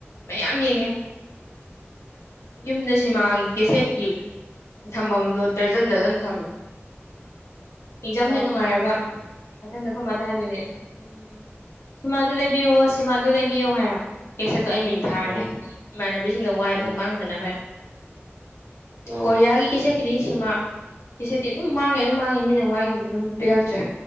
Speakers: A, on the left; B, on the right.
A: ꯃꯌꯥꯝ ꯌꯦꯡꯉꯦ ꯌꯨꯝꯗ ꯁꯤꯃꯥꯒꯤ ꯀꯦꯁꯦꯠꯀꯤ ꯊꯝꯐꯝꯗꯣ ꯗꯔꯖꯟ ꯗꯔꯖꯟ ꯊꯝꯃꯦ ꯑꯦꯛꯖꯥꯝ
B: ꯎꯝ
A: ꯍꯦ ꯅꯨꯡꯉꯥꯏꯔꯕ ꯃꯊꯪꯗꯈꯣꯏ ꯃꯥꯗ ꯍꯥꯏꯗꯣꯏꯅꯦ ꯎꯝ ꯁꯤꯃꯥꯗꯨ ꯂꯩꯕꯤꯌꯣ ꯁꯤꯃꯥꯗꯨ ꯂꯩꯕꯤꯌꯣ ꯍꯥꯏꯔ ꯀ ꯑ ꯑꯩ ꯃꯤꯡ ꯊꯥꯔꯅꯤ
B: ꯎꯝ
A: ꯏꯃꯥꯟꯅꯕꯤꯁꯤꯡꯅ ꯋꯥꯏꯕꯗ
B: ꯎꯝ
A: ꯃꯥꯡꯗꯅꯕ ꯍꯥꯏ
B: ꯎꯝ
A: ꯀꯣꯔꯤꯌꯥꯒꯤ ꯀꯩꯆꯦꯠꯀꯤꯗꯤ ꯁꯤꯃꯥ ꯀꯩꯆꯦꯠꯇꯤ ꯑꯗꯨꯝ ꯃꯥꯡꯉꯦ ꯑꯗꯨꯝ ꯃꯥꯡꯉꯦ ꯃꯤꯅ ꯋꯥꯏꯈꯤꯕꯗ ꯑꯗꯨꯝ ꯄꯤꯔꯛꯇ꯭ꯔꯦ